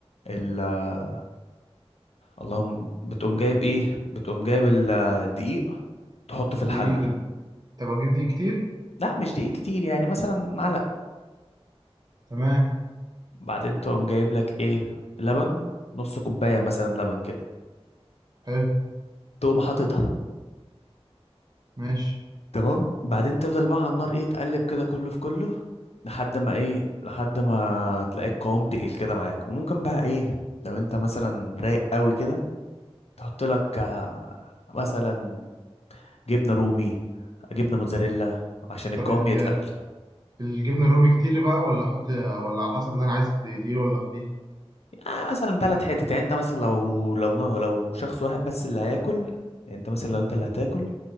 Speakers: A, on the left; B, on the right.
A: ال آه، اللهم بتقوم جايب ايه بتقوم جايب ال- آه، الدقيق تحطه في
B: دي
A: الحله
B: ايه دي- طب اجيب دي كتير
A: لا مش دقيق كتير يعني مثلا معلقه
B: تمام
A: بعدين تقوم جايب لك ايه لبن نص كوباية مثلا لبن كده
B: حلو
A: تقوم حاططها
B: ماشي
A: تمام بعدين تفضل بقى على النار ايه تقلب كده كله في كله لحد ما ايه لحد ما تلاقي القوام تقيل كده معاك وممكن بقى ايه لو انت مثلا رايق قوي كده تحط لك آه، مثلا جبنة رومي جبنة موتزاريلا عشان
B: طب
A: القوام
B: ال-
A: يتقل
B: الجبنة الرومي كتير بقى ولا احط ولا على حسب ده انا عايز تقيل ولا خفيف
A: آه مثلا ثلاث حتت يعني انت مثلا لو لو لو شخص واحد بس اللي هياكل يعني انت مثلا لو انت اللي هتاكل